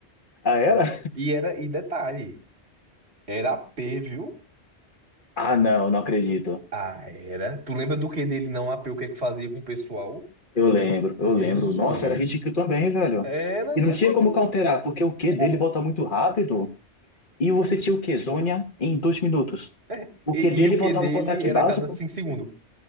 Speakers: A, on the left; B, on the right.
A: Ah, era?
B: E era, e detalhe, era A p viu?
A: Ah, não, não acredito.
B: Ah, era. Tu lembra do que dele não AP, o que é que fazia com o pessoal?
A: Eu lembro, eu
B: Jesus.
A: lembro. Nossa, era hit kill também, velho.
B: Era,
A: E
B: não
A: não tinha
B: tá
A: como
B: doido.
A: counterar, porque o Q
B: Como?
A: dele volta muito rápido. E você
B: Como?
A: tinha o Q-Zônia em dois minutos.
B: É.
A: O
B: E,
A: Q dele
B: e o que
A: voltava
B: dele
A: com o ataque
B: era
A: básico.
B: a cada 5 segundos.